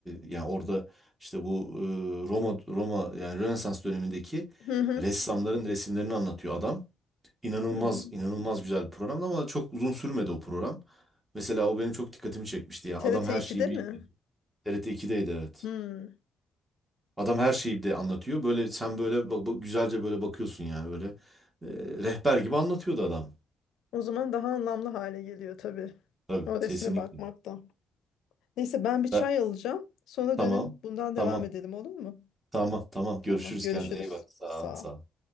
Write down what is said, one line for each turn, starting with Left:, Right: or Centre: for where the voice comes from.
Right: e, yani orada işte bu e, Roma Roma yani Rönesans dönemindeki
Left: Hı hı.
Right: ressamların resimlerini anlatıyor adam. İnanılmaz
Left: hı hı.
Right: inanılmaz güzel bir programdı ama çok uzun sürmedi o program. Mesela o benim çok dikkatimi çekmişti ya.
Left: TRT
Right: Adam her
Left: 2'de
Right: şeyi bir
Left: mi?
Right: TRT 2'deydi evet.
Left: Hmm.
Right: Adam her şeyi bir de anlatıyor. Böyle sen böyle bak, bak- güzelce böyle bakıyorsun yani böyle e, rehber gibi anlatıyordu adam.
Left: O zaman daha anlamlı hale geliyor tabii.
Right: Tabii
Left: O
Right: kesinlikle.
Left: resme bakmakta. Neyse ben bir çay
Right: Ben-
Left: alacağım. Sonra
Right: tamam.
Left: dönüp bundan
Right: Tamam.
Left: devam edelim olur mu?
Right: Tamam. Tamam. Görüşürüz.
Left: Tamam, görüşürüz.
Right: Kendine iyi bak. Sağ
Left: Sağ
Right: ol. Sağ
Left: ol.
Right: ol.